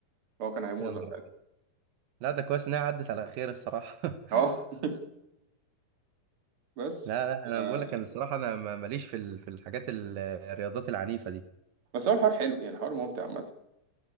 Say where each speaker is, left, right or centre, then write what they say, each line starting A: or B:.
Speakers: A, on the right (about 40°); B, on the right (about 75°).
A: هو كان هيموت
B: يا نهار
A: بقى ساعتها
B: أبيض. لا ده كويس انها عدت على خير الصراحه <laughs>
A: اه <laughs> بس
B: لا لا انا
A: آه،
B: بقول لك انا الصراحه انا ما- ماليش في ال- في الحاجات ال- الرياضات العنيفه دي
A: بس هو الحوار حلو يعني حوار ممتع عامة